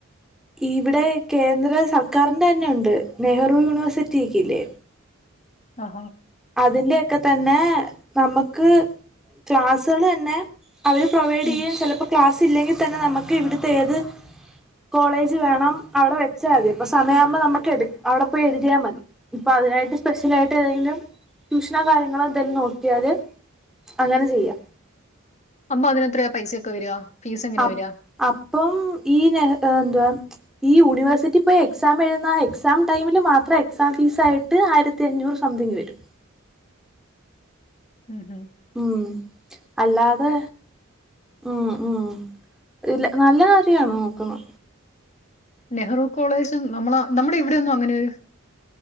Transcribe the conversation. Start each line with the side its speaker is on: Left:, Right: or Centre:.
Centre: ഇവിടെ കേന്ദ്ര സർക്കാരിന്റെന്നെ ഉണ്ട് നെഹ്റു യൂണിവേഴ്സിറ്റി ഒക്കെ ഇല്ലേ
Left: ആഹ
Centre: അതിന്റെയൊക്കെ തന്നെ നമക്ക് ക്ലാസ്സാള് തന്നെ അവര് പ്രൊവൈഡെയ്യും
Left: ഉം
Centre: ചെലപ്പോ ക്ലാസ് ഇല്ലെങ്കി തന്നെ നമുക്ക് ഇവിടുത്തെ ഏത് കോളേജ് വേണം അവിടെ വെച്ചാതി അപ്പൊ സമയയാവുമ്പോ നമുക്ക് എട് അവിടെ പോയി എഴുതിയാ മതി. അപ്പ അതിനായിട്ട് സ്പെഷ്യലായിട്ട് ഏതെങ്കിലും ട്യൂഷനോ കാര്യങ്ങളോ എന്തേലും നോക്കിയാല് അങ്ങനെ ചെയ്യാം.
Left: അമ്മ അതിനെത്രയാ പൈസക്കെ വരാ ഫീസെങ്ങനാ
Centre: അപ്
Left: വരാ.
Centre: അപ്പം ഈ നെഹ് എന്തുവാ. ഈ യൂണിവേഴ്സിറ്റി പോയി എക്സാം എഴുതുന്ന എക്സാം ടൈമില് മാത്രം എക്സാം ഫീസായി ട്ട് ആയിരത്തി അഞ്ഞൂറ് സംതിങ് വരും.
Left: ഉം ഹും
Centre: ഉം അല്ലാതെ ഉം. ഉം ഇല്ല നല്ല കാര്യാ നോക്കുന്നെ
Left: നെഹ്റു കോളേജ് നമ്മള നമ്മുടെ ഇവിടെയൊന്നും അങ്ങനൊരു